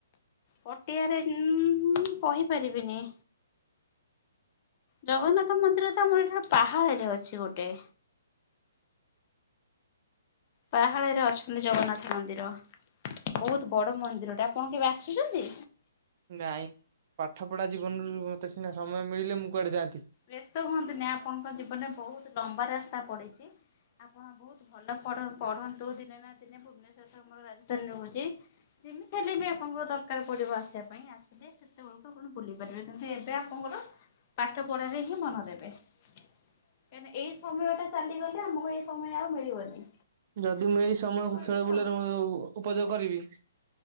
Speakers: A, on the left; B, on the right.
A: ପଟିଆରେ କହିପାରିବିନି। ଜଗନ୍ନାଥ ମନ୍ଦିରତ ଆମର ଏଟା ପାହାଳରେ ଅଛି ଗୋଟେ। ପାହାଳରେ ଅଛନ୍ତି ଜଗନ୍ନାଥ ମନ୍ଦିର। ବହୁତ୍ ବଡ଼ ମନ୍ଦିରଟା ଆପଣ କେବେ ଆସୁଚନ୍ତି?
B: ନାଇଁ ପାଠ ପଢା ଜୀବନରୁ ମତେ ସିନା ସମୟ ମିଳିଲେ ମୁଁ କୁଆଡ଼େ ଯାଆନ୍ତି।
A: ବ୍ୟସ୍ତ ହୁଅନ୍ତି ନାଇଁ ଆପଣଙ୍କ ଜୀବନରେ ବହୁତ୍ ଲମ୍ବା ରାସ୍ତା ପଡ଼ିଚି। ଆପଣ ବହୁତ୍ ଭଲ ପଢ ପଢନ୍ତୁ ଦିନେ ନା ଦିନେ ଭୁବନେଶ୍ୱର ଆମର ରାଜଧାନୀ ରହୁଚି ଯେମିତି ହେଲେବି ଆପଣଙ୍କର ଦରକାର ପଡ଼ିବ ଆସିବା ପାଇଁ ଆସିଲେ ସେତେବେଳକୁ ଆପଣ ବୁଲି ପାରିବେ କିନ୍ତୁ ଏବେ ଆପଣଙ୍କର ପାଠ ପଢାରେ ହିଁ ମନ ଦେବେ କାଁଇକିନା ଏଇ ସମୟଟା ଚାଲିଗଲେ ପରେ ଆମକୁ ଆଉ ଏଇ ସମୟ ଆଉ ମିଳିବନି।
B: ଯଦି ମୁଁ ଏଇ ସମୟକୁ
A: ଠିକ କହିଲି
B: ଖେଳ
A: ତ
B: ବୁଲରେ ଉପଯୋଗ କରିବି